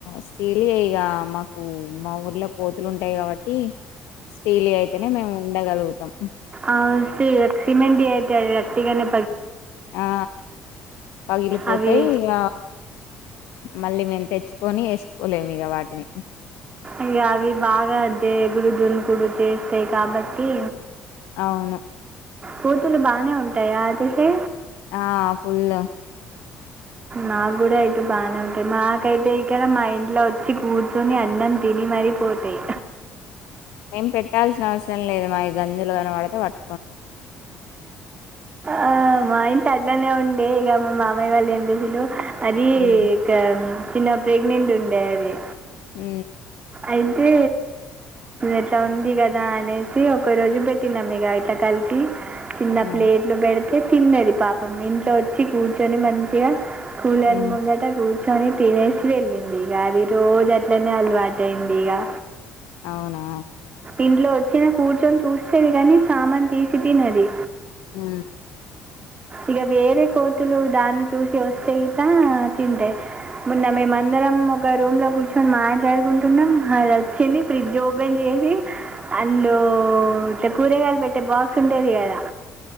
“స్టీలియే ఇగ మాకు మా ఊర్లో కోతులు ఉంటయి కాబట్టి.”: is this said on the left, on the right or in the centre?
Left